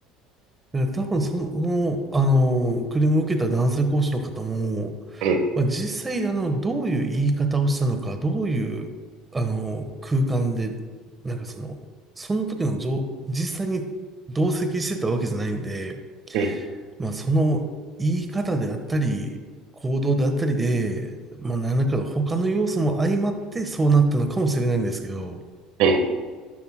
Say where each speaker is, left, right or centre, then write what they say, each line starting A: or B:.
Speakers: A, on the right (about 20°); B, on the right (about 70°).
A: 多分その、あの、クレームを受けた男性講師の方も、
B: ええ、
A: まあ、実際、あの、どういう言い方をしたのか、どういう、あの、空間で、なんかその、その時の状、実際に同席してたわけじゃないんで、
B: ええ、
A: まあ、その言い方であったり、行動であったりで、まあ、何らかの他の要素も相まってそうなったのかもしれないんですけど、
B: ええ。い